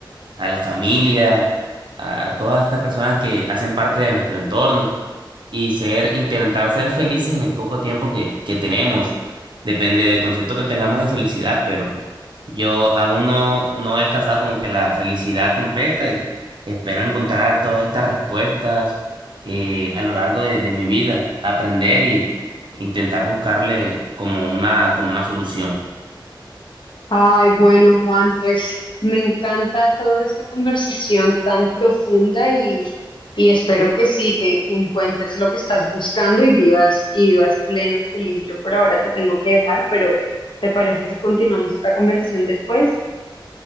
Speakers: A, on the right; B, on the left.
A: a la familia, a todas estas personas que hacen parte de nuestro entorno y ser, intentar ser felices en el poco tiempo que, que tenemos. Depende del concepto que tengamos de felicidad, pero yo aún no, no he alcanzado como que la felicidad completa y espero encontrar todas estas respuestas eh, a lo largo de, de mi vida, aprender y intentar buscarle como una, como una solución.
B: Ay, bueno, Juan, pues me encanta toda esta conversación tan profunda y, y espero que sí, que, que encuentres lo que estás buscando y vivas, y vivas pleno y feliz. Yo por ahora te tengo que dejar, pero ¿te parece si continuamos esta conversación después?